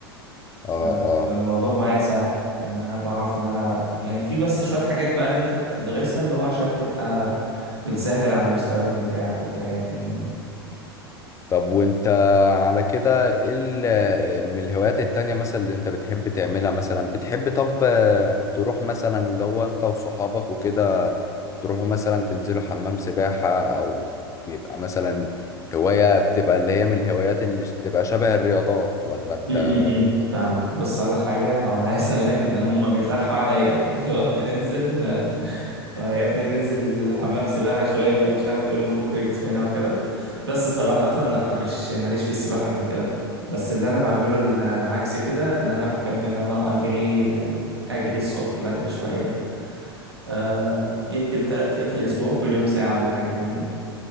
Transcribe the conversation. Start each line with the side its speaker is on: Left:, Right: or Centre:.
Right: ف...
Left: اه آه.
Right: فالموضوع معايا سهل ان انا بعرف ان انا يعني في بس شوية حاجات بقى اللي انت بتدرسها اللي هو عشان تبقى بتسهل على المستخدم بتاعك وكده يعني فاهمني
Left: طب وانت على كده ايه ال- من الهوايات التانية مثلا اللي انت بتحب تعملها مثلا بتحب طب آه، تروح مثلا اللي هو انت وصحابك وكده تروحوا مثلا تنزلوا حمام سباحة او بيبقى مثلا هواية بتبقى اللي هي من الهوايات اللي بتبقى شبه الرياضات ولا انت
Right: امم
Left: بيبقى
Right: فاهمك بص اقول لك حاجه هو انا عايز اقول لك ان انا هما بيتلحوا عليا <laughs> لو احنا ننزل آه، يا ابني ننزل حمام سباحه شويه ومش عارف ايه ونفك جسمنا وكده بس صراحه لا مش ماليش في السباحه قد كده بس اللي انا بعمله العكس كده ان انا بحب ان انا اجري آه، اجري الصبح بدري شويه آه، يمكن ثلاث ايام في الاسبوع كل يوم ساعه ولا حاجه فاهمني